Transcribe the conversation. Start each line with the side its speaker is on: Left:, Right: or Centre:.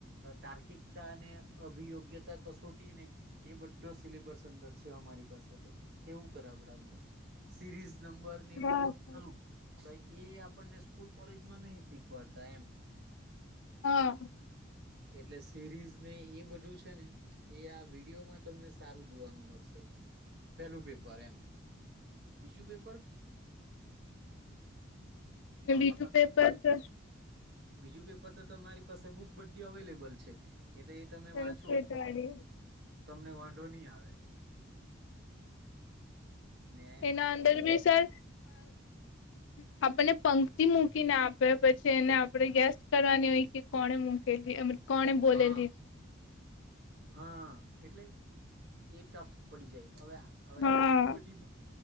Right: તાર્કિકતા અને અભિયોગ્યતા કસોટી ને એ બધો સિ <unintelligible> અમારી પાસે તો કેવું <unintelligible> નંબરને એવું
Left: હા સર
Right: <inaudible> તો એ આપણને સ્કૂલ કોલેજમાં નઈ શીખવાડતા એમ
Left: હા
Right: એટલે સિરીઝ ને એ બધું છે ને એ આ વિડીયોમાં તમને સારું જોવાનું મળશે એમ પેલું પેપર એમ બીજું પેપર પણ
Left: બીજું
Right: મતલબ
Left: પેપર તો
Right: બીજું પેપર તો તમારી પાસે બુક બધી અવેલેબલ છે એટલે એ તમે
Left: સંસ્કૃત
Right: વાંચો
Left: વાળું
Right: તમને વાંધો ની આવે ને
Left: એના અંદર ભી સર
Right: <inaudible>
Left: હ આપણને પંક્તિ મૂકીને આપે પછી એને આપડણે ગેસ્ટ કરવાની હોય કે કોણે મૂકેલી કોણે બોલેલી
Right: હા હા એટલે એ ટફ પડી જાય અવે અવે
Left: હા
Right: એટલી બધી